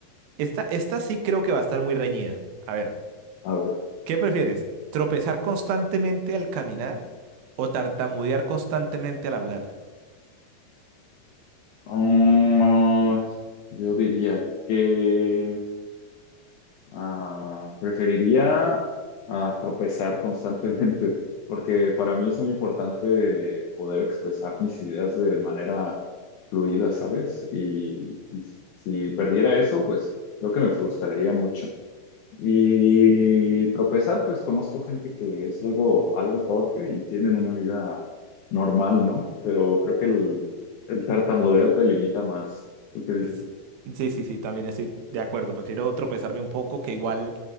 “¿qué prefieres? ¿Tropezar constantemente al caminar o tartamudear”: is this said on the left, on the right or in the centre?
Right